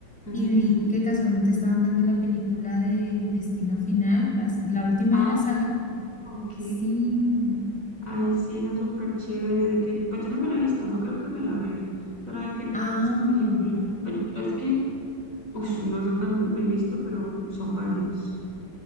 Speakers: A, on the left (about 35°); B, in the centre.
A: Ujú.
B: y vi que casualmente estaban dando la película de Destino Final, las- la última
A: Ah,
B: de la saga.
A: ok.
B: Sí.
A: Ay, sí, esa es súper chévere. ¿De qué? Pues yo no me la he visto, no creo que me la vea. ¿Pero de qué trata
B: Ah.
A: esta película? Pues, es que, uf, no sé cuántas me he visto, pero son varias.